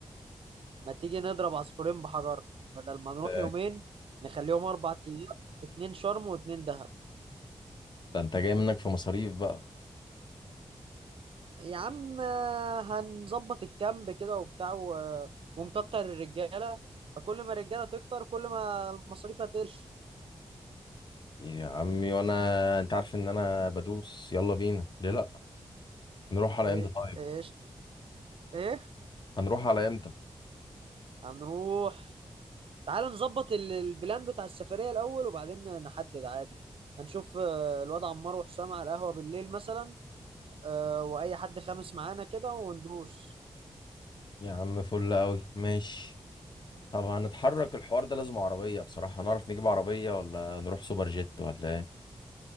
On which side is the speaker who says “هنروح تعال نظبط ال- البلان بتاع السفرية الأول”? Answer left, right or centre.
Right